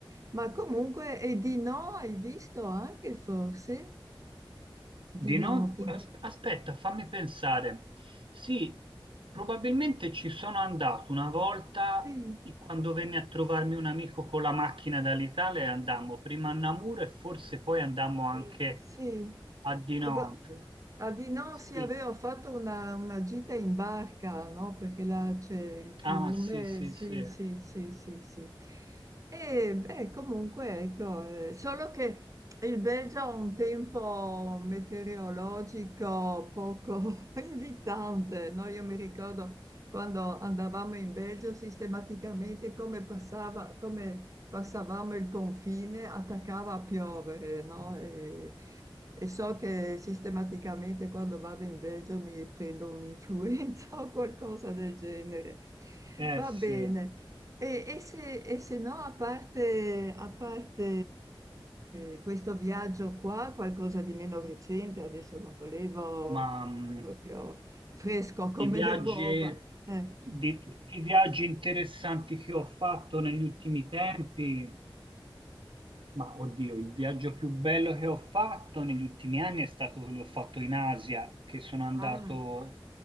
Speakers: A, on the right; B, on the right.
A: Ma comunque, e di no, hai visto anche forse?
B: Di
A: Di
B: non...
A: no, ti-
B: as- Aspetta, fammi pensare. Sì, probabilmente ci sono andato una volta
A: sì,
B: i- quando venne a trovarmi un amico con la macchina dall'Italia e andammo prima a Namur e forse poi andammo anche
A: eh, sì.
B: a Dinant.
A: Ecco, Ah, di no, sì,
B: Sì.
A: avevo fatto una, una gita in barca, no? Perché là c'è il fiume,
B: Ah, sì, sì,
A: sì,
B: sì.
A: sì, sì, sì, sì. E beh, comunque, ecco, eh, solo che il Belgio ha un tempo meteorologico poco <laughs> invitante, no? Io mi ricordo quando andavamo in Belgio sistematicamente come passava, come passavamo il confine, attaccava a piovere, no? E- e so che sistematicamente quando vado in Belgio mi prendo un'influenza <laughs> o qualcosa del genere.
B: Eh
A: Va
B: sì,
A: bene. E, e se, e se no, a parte, a parte, eh, questo viaggio qua, qualcosa di meno recente, adesso non volevo
B: ma mh,
A: proprio fresco come
B: i viaggi,
A: le uova. eh.
B: di tutti i viaggi interessanti che ho fatto negli ultimi tempi, Ma oddio, il viaggio più bello che ho fatto negli ultimi anni è stato quello che ho fatto in Asia, che sono andato,
A: Ah,